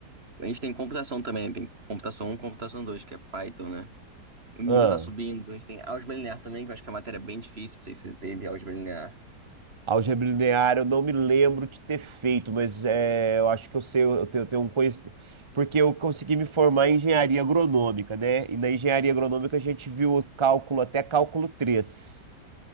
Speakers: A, on the right; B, on the right.
A: a gente tem computação também, tem computação um computação 2 que é Python, né? O nível
B: ah.
A: tá subindo, a gente tem álgebra linear também, que eu acho que é uma matéria é bem difícil, não sei se você teve álgebra linear.
B: Álgebra linear, eu não me lembro de ter feito, mas é, eu acho que eu sei, eu tenho, eu tenho um conhecimento. Porque eu consegui me formar em engenharia agronômica, né? E na engenharia agronômica a gente viu o cálculo até cálculo três